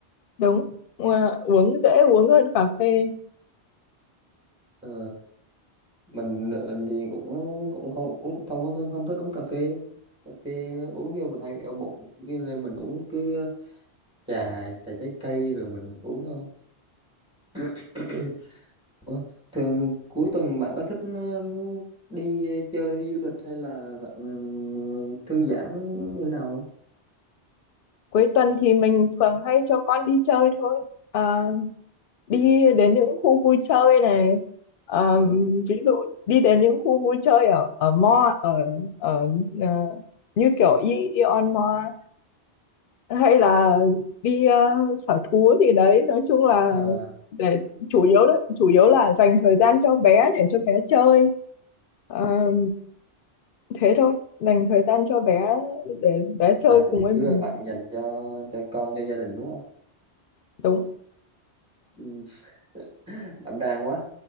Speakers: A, on the left; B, in the centre.
A: đúng Ờ, uống dễ uống hơn cà phê
B: Ờ, mình thì cũng cũng không cũng không không, không thích uống cà phê cà phê uống vô mình hay bị đau bụng Cho nên mình uống cứ ờ, trà trà trái cây rồi mình uống thôi <clears throat> Ủa, thường cuối tuần bạn có thích ờ, đi chơi đi du lịch hay là bạn ừ, thư giãn như nào
A: cuối tuần thì mình thường hay cho con đi chơi thôi Ờ, đi đến những khu vui chơi này Ờ,
B: không
A: ví dụ đi đến những khu vui chơi ở ở mall ở ở ờ, như kiểu I- Ion Mall hay là đi ờ, sở thú gì đấy nói chung là
B: Ờ,
A: để chủ yếu đấy chủ yếu là dành thời gian cho bé để cho bé chơi Ờ, thế thôi dành thời gian cho bé để bé chơi
B: à, à
A: cùng với
B: chỉ
A: mình
B: là bạn dành cho cho con cho gia đình đúng không
A: đúng
B: Ừ, <laughs> đảm đang quá